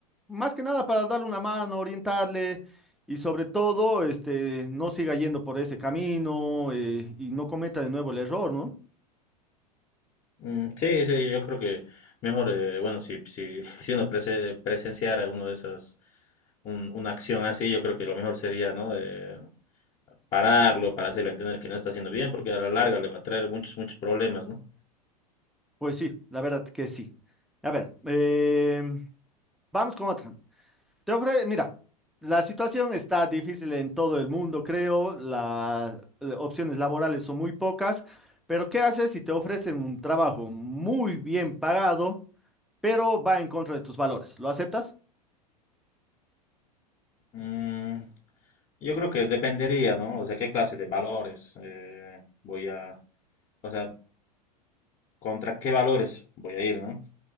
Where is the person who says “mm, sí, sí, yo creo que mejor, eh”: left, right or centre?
Left